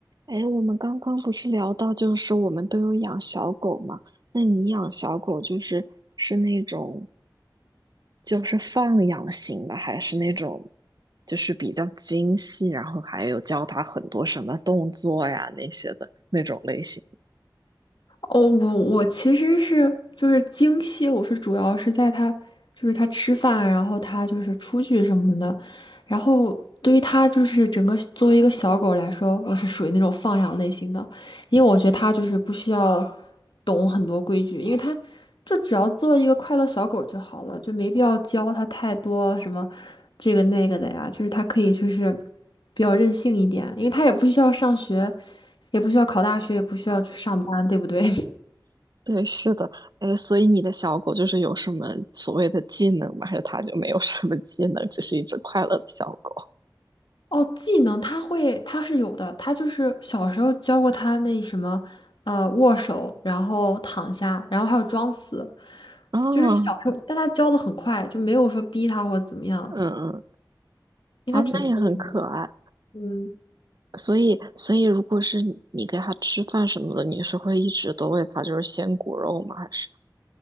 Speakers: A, on the right; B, on the left.
A: 哎，我们刚刚不是聊到，就是我们都有养小狗嘛？那你养小狗就是是那种就是放养型的，还是那种就是比较精细，然后还有教它很多什么动作呀那些的那种类型？
B: 哦，我我其实是就是精细，我是主要是在他就是他吃饭，然后他就是出去什么的，然后对于他就是整个作为一个小狗来说，我是属于那种放养类型的，因为我觉得它就是不需要懂很多规矩，因为它就只要做一个快乐小狗就好了，就没必要教它太多什么这个那个的呀，就是它可以就是比较任性一点，因为它也不需要上学，也不需要考大学，也不需要去上班，对不对？
A: 对，是的，哎，所以你的小狗就是有什么所谓的技能吗？还是它就没有什么技能，只是一只快乐的小狗？
B: 哦，技能他会，他是有的，他就是小时候教过他那什么，呃，握手，然后躺下，然后还有装死，
A: 啊，
B: 就是小时候，但他教的很快，就没有说逼他或者怎么样，
A: 嗯嗯，
B: 因为他挺聪明的。
A: 啊，那也很可爱。
B: 嗯，
A: 所以，所以如果是你你给它吃饭什么的，你是会一直都喂它就是鲜骨肉吗？还是